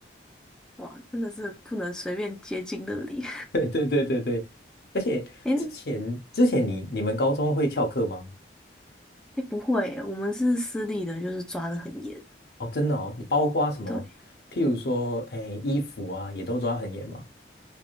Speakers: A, in the centre; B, on the left.
A: 哇，真的是不能随便接近那里。
B: <laughs> 对对对对对，而且之前之前你你们高中会翘课吗？
A: <laughs> 哎哎，不会耶我们是私立的，就是抓得很严。
B: 哦，真的哦，你包括什么？
A: 对，
B: 譬如说，哎，衣服啊，也都抓很严嘛。